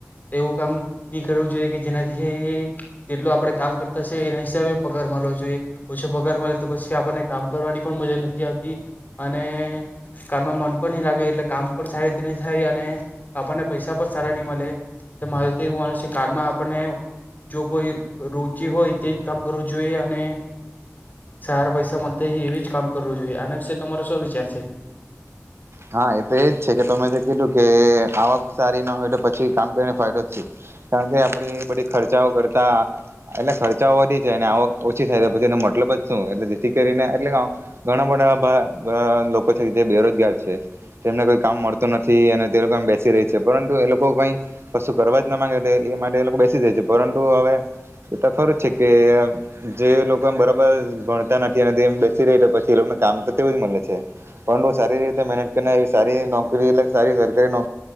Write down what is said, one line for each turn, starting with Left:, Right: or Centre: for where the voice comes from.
Left: એવું કામ નહીં કરવું જોઈએ કે જેનાથી જેટલું આપડે કામ કરતા સે એના હિસાબે પગાર મળવો જોઈએ ઓછો પગાર મળે તો પછી આપણને કામ કરવાની પણ મજા નથી આવતી અને કામમાં મન પણ નહી લાગે એટલે કામ પણ સારી રીતે નહી થાય અને આપણને પૈસા પણ સારા નહીં મળે, તો મારે તો એવું માનું છે કે કામમાં આપણને જો કોઈ રુચિ હોય તેજ કામ કરવું જોઈએ અને સારા પૈસા મળતા એવી જ કામ કરવું જોઈએ, આના વિશે તમારે શૌ વિચાર છે?
Right: હા એ તો એજ છે કે તમે જે કીધું કે આવક સારી ના હોય તો પછી કામ કરીને ફાયદો જ શુ કારણકે આપડી બધી ખર્ચાઓ કરતા એટલે ખર્ચાઓ વધી જાય અને આવક ઓછી થાય તો પછી એનો મતલબ જ શું એટલે જેથી કરીને એટલે ઘણા બધા લોકો છે જે બેરોજગાર છે તેમને કોઈ કામ મળતું નથી અને તે લોકો એમ બેસી રહી છે, પરંતુ એ લોકો કઈ કશું કરવા જ ના માંગે એ માટે એ લોકો બેસી જાય છે, પરંતુ હવે એતો ખરું જ છે કે જે લોકો એમ બરાબર ભણતા નથી અને તે બેસી રેહ પછી એ લોકોને કામ તો તેવું જ મળે છે પરંતુ સારી રીતે મહેનત કરીને એવી સારી નોકરી એટલે કે સારી સરકારી નોકરી